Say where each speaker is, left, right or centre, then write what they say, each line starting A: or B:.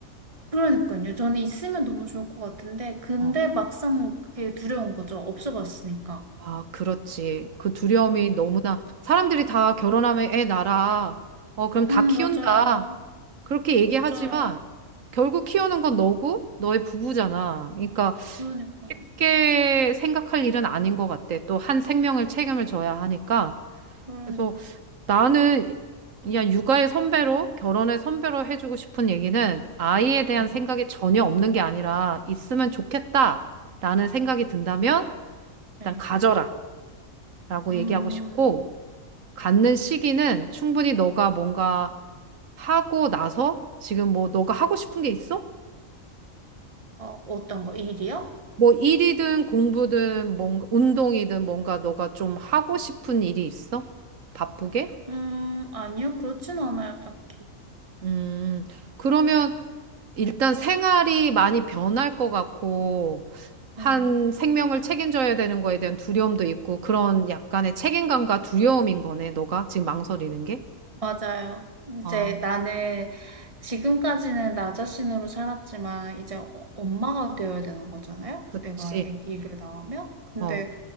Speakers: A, on the right; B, on the right.
A: 그러니까요. 저는 있으면 너무 좋을 것 같은데, 근데
B: 어,
A: 막상 그게 두려운 거죠. 없어봤으니까.
B: 아, 그렇지. 그 두려움이
A: 맞아요.
B: 너무나 사람들이 다 결혼하면 애 낳아. 어, 그럼 다
A: 음,
B: 키운다.
A: 맞아요.
B: 그렇게 얘기하지만
A: 맞아요.
B: 결국 키우는 건 너고 너의 부부잖아. 그러니까
A: 그러니까요.
B: 쉽게 생각할 일은 아닌 것 같아. 또 한 생명을 책임을 져야 하니까.
A: 그러니까.
B: 그래서 나는 그냥 육아의 선배로, 결혼의 선배로 해주고 싶은 얘기는 아이에 대한
A: 네.
B: 생각이 전혀 없는 게 아니라 있으면 좋겠다라는 생각이 든다면 일단
A: 네.
B: 가져라 라고
A: 음.
B: 얘기하고 싶고 갖는 시기는 충분히 너가 뭔가 하고 나서 지금 뭐 너가 하고 싶은 게 있어?
A: 어, 어떤 거? 일이요?
B: 뭐 일이든 공부든 뭔가 운동이든 뭔가 너가 좀 하고 싶은 일이 있어? 바쁘게?
A: 음, 아니요. 그렇진 않아요, 딱히.
B: 음. 그러면 일단 생활이 많이 변할 것 같고, 한
A: 네.
B: 생명을 책임져야 되는 거에 대한 두려움도 있고, 그런 약간의 책임감과 두려움인 거네, 너가 지금 망설이는 게?
A: 맞아요. 이제
B: 아,
A: 나는 지금까지는 나 자신으로 살았지만 이제 어- 엄마가 되어야 되는 거잖아요.
B: 그치.
A: 내가 아기를 낳으면. 근데
B: 어,